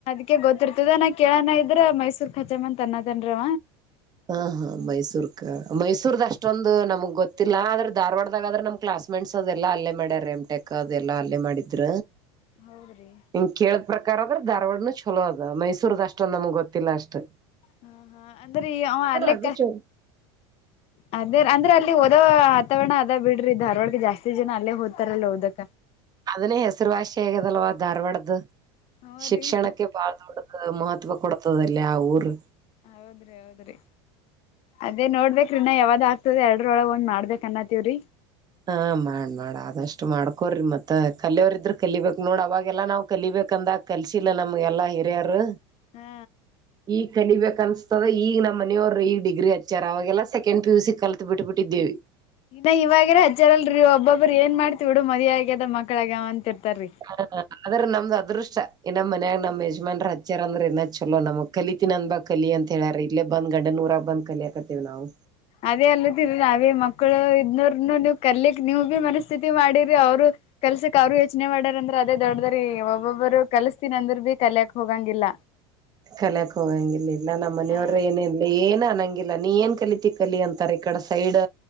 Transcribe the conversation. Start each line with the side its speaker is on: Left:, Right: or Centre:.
Left: ಅೆ ಗೊತ್ತಿರ್ತದ ನಾ ಕೇಳೋಣ ಇದ್ರ ಮೈಸೂರ್ ಖಚಾಮ ಅಂತ ಅನ್ನತನ್ವ.
Right: ಹಾ ಹಾ ಮೈಸೂರ್ಕ ಮೈಸೂರ್ದ ಅಷ್ಟೊಂದು ನಮ್ಗ್ ಗೊತ್ತಿಲ್ಲ ಆದ್ರೆ ಧಾರ್ವಾಡದಾಗ ಆದ್ರೆ ನಮ. ಕ್ಲಾಸ್ ಮೇಟ್ಸ್ ಅದೆಲ್ಲಾ ಅಲ್ಲೇ ಮಾಡ್ಯಾರ ಎಮ್ಟಕ್ ಅದೆಲ್ಲಾ ಅಲ್ಲೇ ಮಾಡಿದ್ರ.
Left: ಹೌದ್ರಿ.
Right: ಹಿಂಗ ಕೇಳಿದ ಪ್ರಕಾರ ಆದದ್ರೆ ಧಾರವಾಡ ಚಲೋ ಅದ್ ಮೈಸೂರದ ಅಷ್ಟಂದ್ ನಮ್ಗ್ ಗೊತ್ತಿಲ್ಲ ಅಷ್ಟ್.
Left: ಹಾ ಹಾ ಅಂದ್ರೆ ಅವ ಅಲೇಕ್ಕ.
Right: ಅದು ಚ
Left: ಅದೇ ಅಂದ್ರೆ ಅಲ್ಲಿಓದ ವತಾವರಣ ಅದ ಬಿಡ್ರಿ ಇದ ಧಾರ್ವಾಡ್ನಾಗ ಜಾಸ್ತಿ ಜನ ಅಲ್ಲೇ ಹದ್ತಾರಲ್ಲ ಓದಕ್.
Right: ಅದನ್ನೇ ಹೆಸರುವಾಸಿ ಆಗದಲ್ವಾ ಧಾರ್ವಾಡ್ದ
Left: ಹ್ರೀ
Right: ಶಿಕ್ಷಣಕ್ಕೆ ಬಾಳ ದೊಡ್ಡದ. ಮಹತ್ವ ಕೊಡ್ತದಲ್ಲಿ ಆ ಊರ್.
Left: ಹೌದ್ರಿ ಹೌದ್ರಿ. ಅದೇ ನೋಡ್ಬೇಕ್ರೀನಾ ಯಾವ್ದ್ ಆಗ್ತದೆ ಎರಡರೊಳಗೆ ಒಂದ್ ಮಾಡ್ಬೇಕಕ್ ಅನ್ನತೀವ್ರರಿ.
Right: ಹ ಮಾಡ್ ಮಾಡ ಆದಷ್ಟು ಮಾಡ್ಕೋರಿ ಮತ್ತತ್ ಕಲಿಯೋರ ಇದ್ರರು ಕಲಿಬೇಕಕ್ ನೋಡ್ ಅವಾಗೆಲ್ಲಾ ನಾವ್ ಕಲಿಬೇಕಂದ. ಕಲ್ಸಿಲ್ಲ ನಮಗೆ ಎಲ್ಲಾ ಹಿರಿಯರು
Left: ಹಾ
Right: ಈಗ ಕಲಿಬೇಕನ್ಸ್. ಅದ ಈಗ ನಮ್ಮನವ್ರು ಈ ಡಿಗ್ರಿ ಹಚ್ಚಾರ ಅವಾಗೆಲ್ಲ ಸಕೆಂಡ್ ಪಿ ಯು ಸಿ ಕಲ್ತ್ ಬಿಟ್ಬಿಟ್ಟಿದ್ದೇವಿ.
Left: ಇನ್ನ ಇವಾಗಿರ ಹಚ್ಚಾರಲ್ರಿ ಒಬ್ಬೊಬ್ರ ಏನ್ ಮಾಡ್ತಿ ಬಿಡು ಮದುವಿ ಆಗ್ಯದ ಮಕ್ಳ ಆಗ್ಯವ ಅಂತ ಇರ್ತಾರೀ.
Right: ಹ ಆದ್ರ ನಮ್ದ್ ಅದೃಷ್ಟ ಇನ್ನ್ ಮನ್ಯಾಗ ನಮ್ ಯಜಮಾನ್ರ ಹಚ್ಚ್ಯಾರ ಅಂದ್ರೆ ಇನ್ನ್ ಚಲೋ ನಮಕ್. ಕಲಿತೀನಿ ಅಂದ ಬಾಗ ಕಲಿ ಅಂತ ಹೇಳಾರ ಇಲ್ಲೇ ಬಂದ ಗಂಡನೂರಾಗ ಬಂದ ಕಲಿಕತ್ತೇವಿ ನಾವು.
Left: ಅದೇ ಅಲ್ಲದಿಲ್ಲ ನಾವೇ ಮಕ್ಕಳು ಇದ್ನೋರ್ನು ನೀವ್ ಕರ್ಲಿಕ್ ನೀವು ಭೀ ಮನಸ್. <unintelligible> ಸ್ಥಿತಿ ಮಾಡಿರಿ ಅವ್ರು. ಕಲ್ಸಕ್ ಅವರು ಯೋಚ್ನೆ ಮಾಡಾರ ಅಂದ್ರೆ ಅದೇ ದೊಡದ್ರೀ ಒಬ್ಬೊಬ್ರು ಕಲ್ಸ್ತೀನ ಅಂದ್ರ ಭೀ ಕಲ್ಯಕ್ ಹೋಗಂಗಿಲ್ಲ.
Right: ಕಲಯಕ್ ಹೋಗಂಗಿಲ್ಲಿಲ್ಲ ನಮ್ಮ್ನೆಯವ್ರ
Left: ಹಾ
Right: ಏನ ಇಲ್ಲ ಏನ್ ಅನಂಗಿಲ್ಲ ನೀ ಏನ್ ಕಲತಿ. ಕಲಿ ಅಂತಾರ ಈ ಕಡೆ ಸೈಡ್.